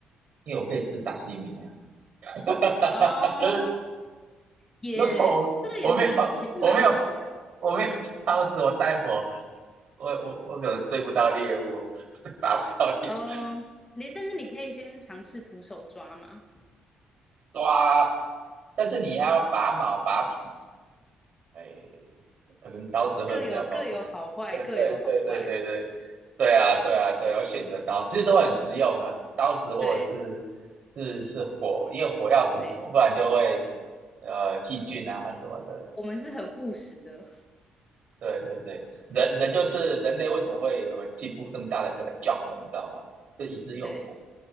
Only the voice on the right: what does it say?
因为我可以吃沙西米啊。<laughs>
如果我我没有我没有我没有刀子，我带火，我我我可能追不到猎物，<laughs> 打不到猎物，
抓。但是你还要拔毛拔皮，哎，可能刀子会比较方便。
对对对对对对，
对啊对啊对，我选择刀，其实都很实用啦，刀子或者是
是是火，因为火要煮熟，
不然就会呃细菌啊什么的。
对对对，人人就是人类为什么会有个进步这么大的一个 jump，你知道吗？就以致用火，